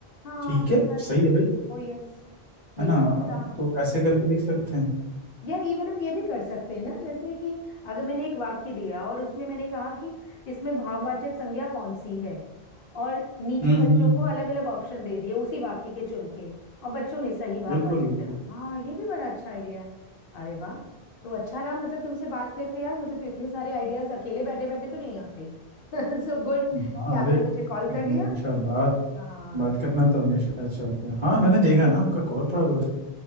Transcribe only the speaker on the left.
हाँ
ये बात
भी
ओ यस ये
भी कहा
या इवन हम ये भी कर सकते हैं ना जैसे कि अगर मैंने एक वाक्य दिया और उसमें मैंने कहा कि इसमें भाववाचक संज्ञा कौन सी है और नीचे
बच्चों
को अलग अलग ऑप्शन दे दिए उसी वाक्य के चुन के और बच्चों ने सही भाववाचक
चुना हाँ ये भी बड़ा अच्छा आइडिया है अरे वाह तो अच्छा रहा मतलब तुमसे बात करके यार मुझे तो इतने सारे आइडियाज अकेले बैठे बैठे तो नहीं आते <laughs> सो गुड
कि
आपने मुझे कॉल कर लिया
हाँ
नहीं